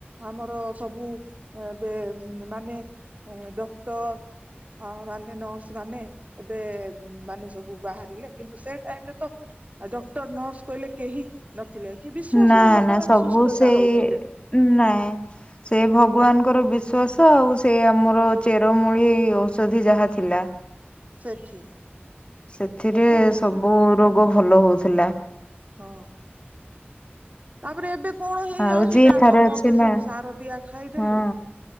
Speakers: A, on the right (about 35°); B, on the left (about 30°).
A: ଆମର ସବୁ ଏବେ ମାନେ ଡକ୍ଟର। ହଁ ମାନେ ନର୍ସ ମାନେ। ଏବେ ମାନେ ସବୁ ବାହାରିଲେ କିନ୍ତୁ ସେ ଟାଇମ ରେ ତ ଡକ୍ଟର ନର୍ସ। କହିଲେ କେହି ନଥିଲେ କି ବିଶ୍ଵାସରେ
B: ନା
A: ଲୋକମାନେ
B: ସବୁ
A: ସୁସ୍ଥତା
B: ସେଇ
A: ହଉଥିଲେ।
B: ଉଁ ନା। ସେ ଭଗବାନଙ୍କର ବିଶ୍ଵାସ ଆଉ ସେ ଆମର ଚେରମୂଳି ଔଷଧି ଯାହା ଥିଲା।
A: ସେଠି।
B: ସେଥିରେ
A: ସବୁ
B: ସବୁ ରୋଗ ଭଲ ହଉଥିଲା।
A: ହଁ। ତାପରେ ଏବେ କଣ ହେଇଯାଉଛି
B: ଆଉ ଯିଏ
A: ନା
B: ଥରେ
A: ସମସ୍ତେ
B: ଅଛି ନା
A: ସବୁ ସାର ଦିଆ ଖାଇଦେଲୁ।
B: ହଁ